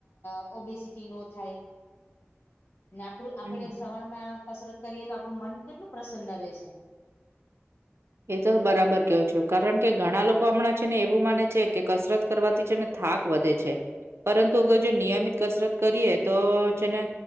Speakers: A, on the left (about 60°); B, on the right (about 65°).
A: અ ઓબીસિટી ન થાય ને આપડું આપડે
B: હમ્મ.
A: સવાર માં કસરત કરીએ તો આપડું મન કેટલું પ્રસન્ન રહે છે
B: એ તો બરાબર કેવો છો કારણ કે ઘણા લોકો હમણાં છે ને એવું માને છે કે કસરત કરવાથી છે ને થાક વધે છે પરંતુ અગર જો નિયમિત કસરત કરીએ તો છેને